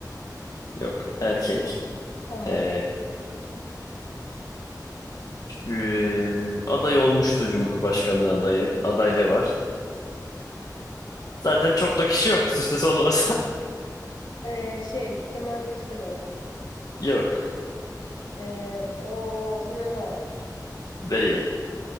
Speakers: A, on the left (about 55°); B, on the left (about 75°).
A: Yok. Erkek.
B: Tamam.
A: Ee, e, aday olmuştu Cumhurbaşkanlığı adayı. Adaylığı
B: Evet.
A: var. Zaten çok da kişi yok. İşte son <laughs> olarak
B: Ee, şey Kemal Kılıçdaroğlu.
A: Yok.
B: Ee, o Sinan Oğan.
A: Değil.